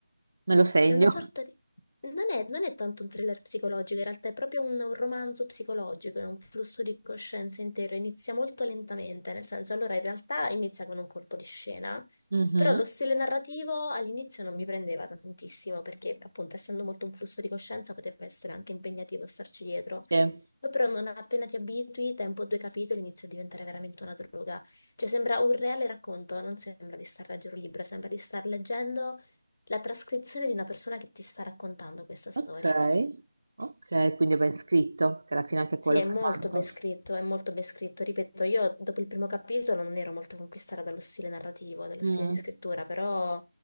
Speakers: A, on the right; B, on the left.
A: Me lo segno.
B: è una sorta di... Non è, non è tanto un thriller psicologico, in realtà è proprio un, un romanzo psicologico, è un flusso di coscienza intero, inizia molto lentamente, nel senso, allora in realtà inizia con un colpo di scena,
A: Mhm,
B: però lo stile narrativo all'inizio non mi prendeva tantissimo, perché appunto essendo molto un flusso di coscienza poteva essere anche impegnativo starci dietro.
A: Sì.
B: Ma però non appena ti abitui, tempo due capitoli inizia a diventare veramente una droga. Cioè sembra un reale racconto, non sembra di star leggendo un libro, sembra di star leggendo la trascrizione di una persona che ti sta raccontando questa storia.
A: Ok, ok, quindi è ben scritto, che alla fine anche quello
B: Sì, è
A: fa
B: molto
A: tanto.
B: ben scritto, è molto ben scritto. Ripeto, io dopo il primo capitolo non ero molto conquistata dallo stile narrativo, dallo
A: Mm,
B: stile di scrittura, però